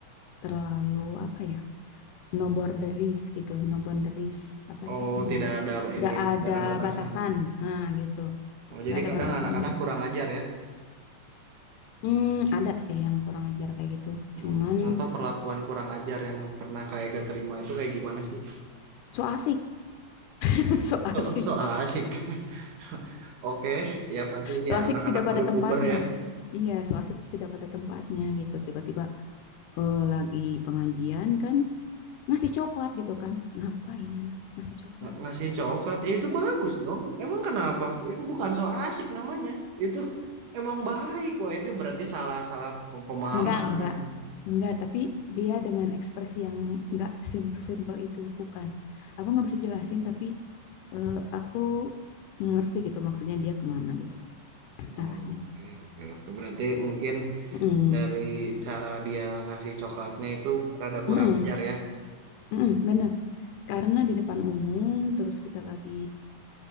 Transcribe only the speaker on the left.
terlalu apa ya no borderis gitu no boundaries apa
sih namanya
nggak ada
batasan nah gitu
nggak
ada
batasan
hmm ada sih yang kurang ajar kayak gitu
cuman
so asik <laughs> so asik
so
asik
tidak pada
tempatnya
Iya, so asik tidak pada tempatnya gitu. Tiba-tiba eh, lagi pengajian kan ngasih coklat gitu kan. Ngapain anak ngasih coklat
gitu.
Enggak, enggak. Enggak, tapi dia dengan ekspresi yang enggak simple-simple itu, bukan. Aku nggak bisa jelasin, tapi eh, aku ngerti gitu maksudnya dia kemana gitu
arahnya.
Mm-mm.
Mm-mm.
Mm-mm, bener. Karena
di depan umum, terus kita lagi